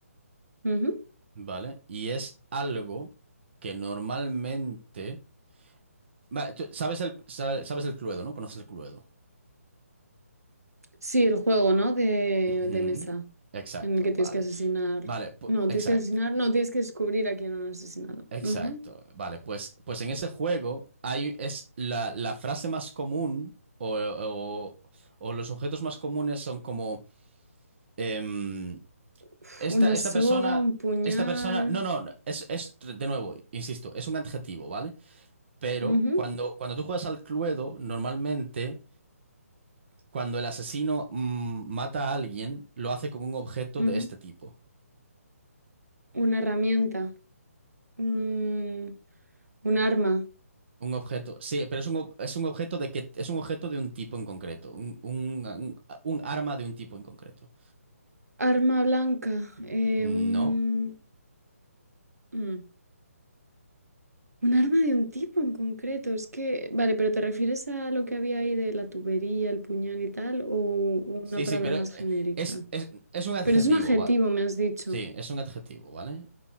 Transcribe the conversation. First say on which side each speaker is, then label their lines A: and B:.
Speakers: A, on the right; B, on the right.
A: Ujú.
B: ¿vale? Y es algo que normalmente. Vale, tú sabes el, sa- sabes el Cluedo, ¿no? Conoces el Cluedo.
A: Sí, el juego, ¿no? De,
B: Ujú,
A: de mesa,
B: Exacto,
A: en el que
B: vale.
A: tienes que asesinar.
B: Vale, pu-
A: No,
B: exacto,
A: tienes que asesinar, no, tienes que descubrir a quién han asesinado.
B: exacto.
A: Ujú.
B: Vale, pues, pues en ese juego hay, es la, la frase más común o, o- o los objetos más comunes son como em,
A: Uf,
B: esta,
A: una
B: esta
A: soga,
B: persona,
A: un puñal.
B: esta persona, no, no, no, es, es, de nuevo, insisto, es un adjetivo, ¿vale? Pero
A: Ujú,
B: cuando, cuando tú juegas al Cluedo, normalmente cuando el asesino mm, mata a alguien, lo hace con un objeto
A: ujú.
B: de este tipo.
A: Una herramienta, un, un arma,
B: Un objeto, sí, pero es un, ob- es un objeto de que es un objeto de un tipo en concreto, un, un- un- un arma de un tipo en concreto.
A: arma blanca, eh,
B: ¿No?
A: un, mm, un arma de un tipo en concreto. Es que, vale, pero ¿te refieres a lo que había ahí de la tubería, el puñal y tal, o una
B: Sí,
A: palabra
B: sí, pero
A: más
B: eh,
A: genérica?
B: es, es, es un adjetivo,
A: Pero es un adjetivo,
B: va.
A: me has dicho.
B: Sí, es un adjetivo, ¿vale?